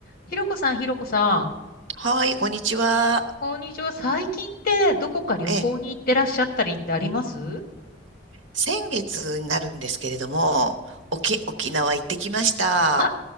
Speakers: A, on the left; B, on the right.
A: ひろこさん、ひろこさん。
B: はい、こんにちは。
A: こんにちは。最近ってどこか旅行に行ってらっしゃったりってありますうん。
B: え、先月になるんですけれども、沖、沖縄行ってきました。
A: あ、